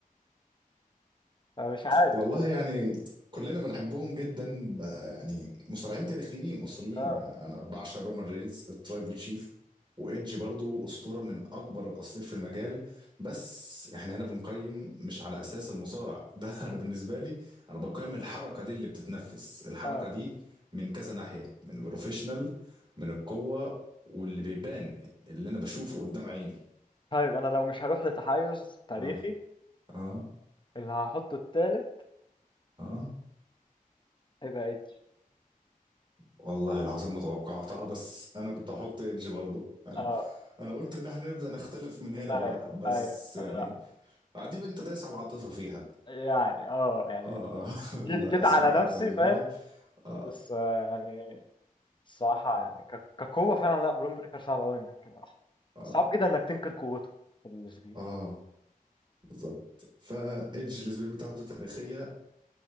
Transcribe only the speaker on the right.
والله يعني كلنا بنحبهم جدا بقى يعني مصارعين تاريخيين اسطوريين
يعني انا بعشق رومان رينز الترايبل تشيف وايدج برضو اسطوره من اكبر الاساطير في المجال بس احنا هنا بنقيم مش على اساس المصارع ده <laughs> انا بالنسبه لي انا بقيم الحركه دي اللي بتتنفس الحركه
دي من كذا ناحيه من البروفيشنال من القوه واللي بيبان اللي انا بشوفه قدام عيني
اه اه
اه
والله العظيم ما توقعتها بس انا كنت هحط ايدج برضه يعني
انا قلت ان احنا نبدأ نختلف من هنا
بقى بس
يعني
عديب انت دايس على العاطفة فيها
اه <laughs>
لا
الصراحة
انا
بالنسبة
لي اه
اه
اه بالظبط فايدج السبيل بتاعته تاريخية